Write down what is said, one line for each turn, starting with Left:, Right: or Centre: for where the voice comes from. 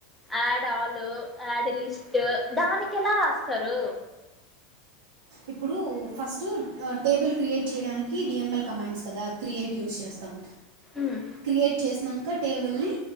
Centre: యడ్ ఆలు యడ్ లిస్ట్ దానికెలా రాస్తారు
Right: ఇప్పుడు ఫస్టూ టేబుల్ క్రియేట్ చేయడానికి డిఎంఎల్ కమాండ్స్ కదా క్రియేట్ యూస్ చేస్తాం
Centre: ఉమ్
Right: క్రియేట్ చేసినంక టేబుల్ ని